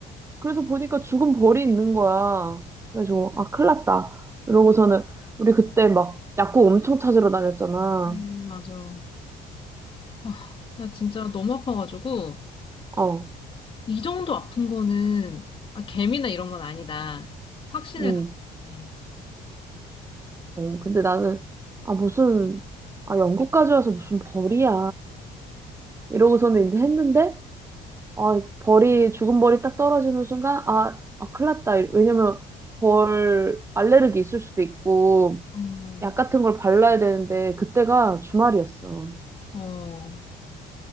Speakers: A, on the right; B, on the left.
A: 그래서 보니까 죽은 벌이 있는 거야 그래서 아 큰일 났다 이러고서는 우리 그때 막 약국 엄청 찾으러 다녔잖아
B: 음, 맞아. 아, 나 진짜 너무 아파가지고,
A: 어,
B: 이 정도 아픈 거는, 아, 개미나 이런 건 아니다. 확신을
A: 음,
B: 가졌지.
A: 어 근데 나는 아 무슨 아 영국까지 와서 무슨 벌이야 이러고서는 이제 했는데 아, 벌이, 죽은 벌이 딱 떨어지는 순간, 아, 아, 큰일 났다. 이- 왜냐면, 벌 알레르기 있을 수도 있고,
B: 음.
A: 약 같은 걸 발라야 되는데, 그때가 주말이었어.
B: 어,